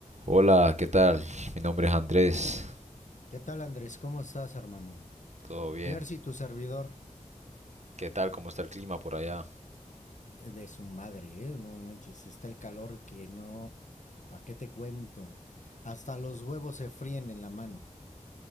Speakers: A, on the right; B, on the left.
A: Hola, ¿qué tal? Mi nombre es Andrés.
B: ¿Qué tal, Andrés? ¿Cómo estás, hermano?
A: ¿Todo bien?
B: Jersey, tu servidor
A: ¿Qué tal? ¿Cómo está el clima por allá?
B: Eh, de su madre, ¿eh? No manches, está el calor que no. ¿Para qué te cuento? Hasta los huevos se fríen en la mano.